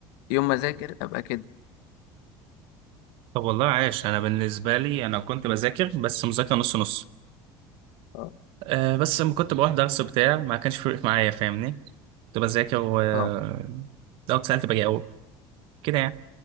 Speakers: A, on the left; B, on the right.
A: يوم ما اذاكر ابقى كده
B: طب والله عايش أنا بالنسبة لي أنا كنت بذاكر بس مذاكرة نص نص
A: اه
B: آه، بس لما كنت بروح درس بتاع ما كانش فارق معايا فاهمني كنت بذاكر و آه،
A: اه
B: لو اتسألت بجاوب كده يعني